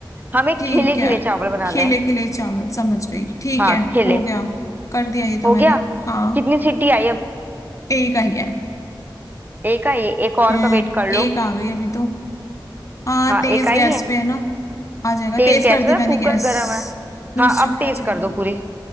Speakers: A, on the right; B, on the left.
A: हमें
B: ठीक
A: खिले खिले
B: है
A: चावल बनाने
B: खिले
A: हैं
B: खिले चावल समझ गई ठीक
A: हाँ
B: है
A: खिले
B: हो गया कर दिया ये तो
A: हो गया
B: मैंने हाँ
A: कितनी सीटी आई अब
B: एक आई है
A: एक आई है, एक और
B: हम्म
A: का वेट कर लो
B: एक आ गई अभी तो हाँ
A: हाँ
B: तेज
A: एक आई
B: गैस
A: है
B: पे है ना आ जाएगा
A: तेज
B: तेज
A: गैस
B: कर दी
A: पे ना
B: मैंने
A: कुकर
B: गैस
A: गर्म है
B: दूसरी
A: हाँ अब
B: पे
A: तेज
B: आ जाएगी
A: कर दो पूरी